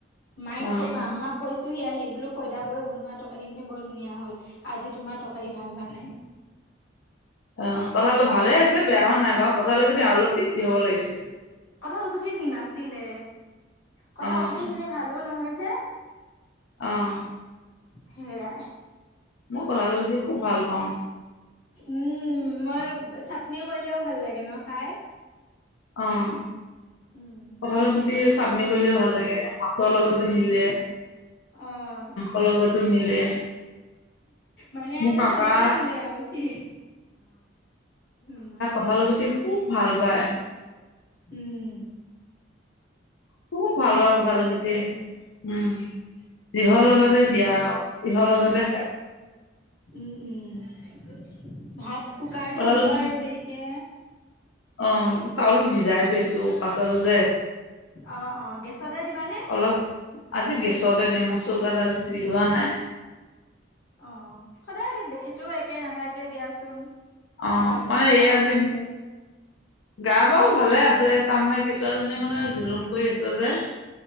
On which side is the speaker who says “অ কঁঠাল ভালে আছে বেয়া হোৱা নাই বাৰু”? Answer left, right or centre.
Left